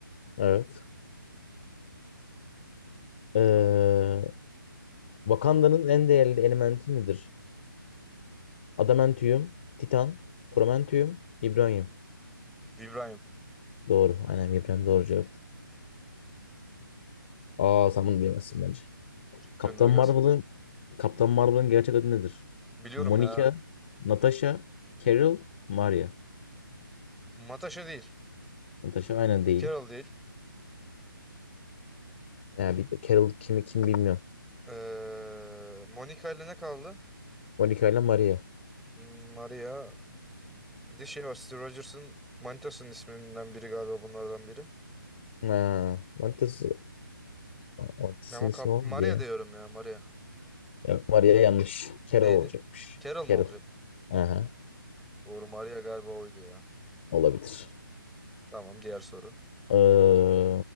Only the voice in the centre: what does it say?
Tamam.
İbrahim
gönder gelsin.
Biliyorum
ya.
Natasha değil.
Carol değil.
Ee, Monica ile ne kaldı?
Hmm, Maria. Bir de şey var. Steve Rogers'ın manitasının isminden biri galiba bunlardan biri.
Ama
kap
Maria
diyorum ya Maria.
Neydi?
Carol mu
olacak?
Doğru Maria galiba oydu ya.
Tamam diğer soru.